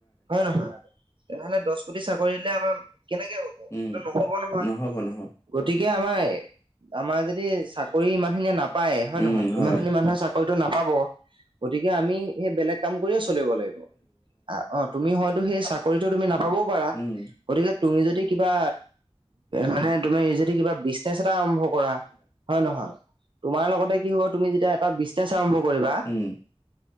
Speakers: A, on the right; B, on the left.
A: হয় নে নহয়। তেনেহলে দহ কোটি চাকৰি দিলে আমাৰ কেনেকে হ'ব।
B: উম,
A: সেইটো নহ'ব নহয়
B: নহব ন।
A: গতিকে আমাৰ এ আমাৰ যদি চাকৰি ইমান খিনিয়ে নাপায় হয় নে
B: উম হয়
A: নহয়। গতিকে আমি এই বেলেগ কাম কৰিয়ে চলিব লাগিব, আহ। অ, তুমি হয়তো সেই চাকৰিতটো তুমি নাপাবও পাৰা
B: উম
A: গতিকে তুমি যদি কিবা, মানে তুমি যদি কিবা বি নেচ এটা আৰম্ভ কৰা হয় নে নহয়। তোমাৰ লগতে কি হ'ব তুমি যেতিয়া এটা বিজনেচ আৰম্ভ কৰিবা।
B: উম